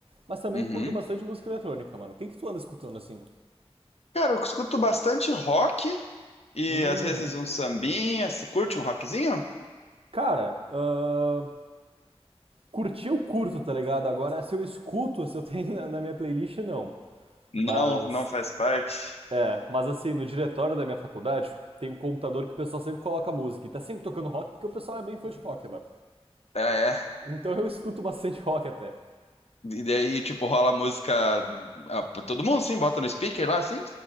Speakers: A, on the right (about 60°); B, on the left (about 75°).
A: mas também
B: uhum.
A: curto bastante música eletrônica, mano. O que que tu anda escutando, assim?
B: Cara, eu escuto bastante rock e
A: Uhum.
B: às vezes um sambinha. Você curte um rockzinho?
A: Cara, ah, curtir eu curto, tá ligado? Agora, se eu escuto, se eu tenho na, na minha playlist, não.
B: Não,
A: Mas,
B: não faz parte.
A: é, mas assim, no diretório da minha faculdade, tem um computador que o pessoal sempre coloca música. E tá sempre tocando rock, porque o pessoal é bem fã de rock lá.
B: Ah, é.
A: Então eu escuto bastante <laughs> rock até.
B: E daí, tipo, rola música ah, pra todo mundo, sim? Bota no speaker lá, sim?